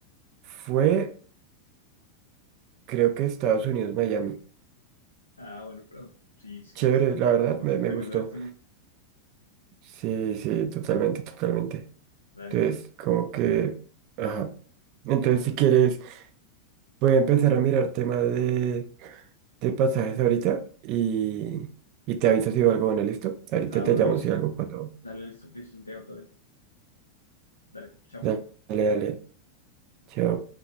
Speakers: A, on the right (about 40°); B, on the left (about 80°).
A: fue creo que Estados Unidos, Miami.
B: Ah, bueno, pero sí, sí,
A: Chévere,
B: sí,
A: la verdad, me,
B: sí,
A: me
B: tremendo
A: gustó.
B: destino.
A: Sí, sí, totalmente, totalmente.
B: Dale.
A: Entonces, como que, ajá. Entonces,
B: Bueno,
A: si quieres, voy a empezar a mirar tema de, de pasajes ahorita y, y te aviso si veo algo bueno, ¿listo? Ahorita
B: ah,
A: te
B: bueno,
A: llamo
B: listo.
A: si algo cuando...
B: Dale, listo, listo, Santiago, todo bien. Dale, chao.
A: Dale, dale. Yo,